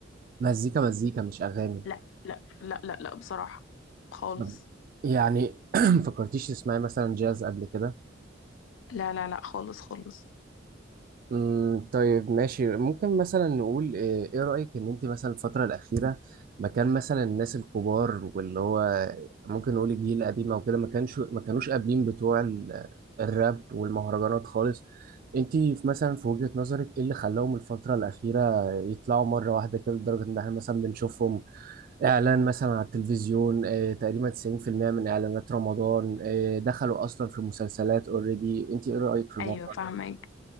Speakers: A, on the right; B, on the left.
A: مزيكا مزيكا مش أغاني
B: لا لا لا لا لا بصراحة خالص
A: طب يعني <clears throat> فكرتيش تسمعي مثلا جاز قبل كده
B: لا لا لا خالص خالص
A: امم طيب ماشي ممكن مثلا نقول ايه إيه رأيك ان انت مثلا الفترة الأخيرة مكان مثلا الناس الكبار واللي هو ممكن نقول الجيل القديم او كده ما كانش ما كانوش قابلين بتوع ال- الراب والمهرجانات خالص انت في مثلا في وجهة نظرك ايه اللي خلاهم الفترة الأخيرة يطلعوا مرة واحدة كده لدرجة ان احنا مثلا بنشوفهم اعلان مثلا على التلفزيون إيه تقريبا 90% من اعلانات رمضان إيه دخلوا اصلا في مسلسلات اوريدي انت ايه رأيك في الموضوع
B: ايوه فاهمك